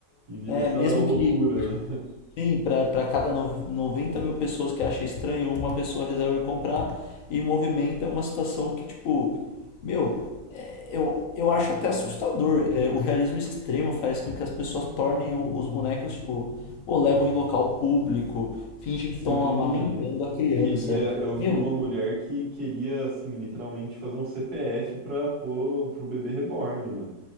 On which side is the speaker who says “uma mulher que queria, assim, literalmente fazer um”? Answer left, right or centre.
Right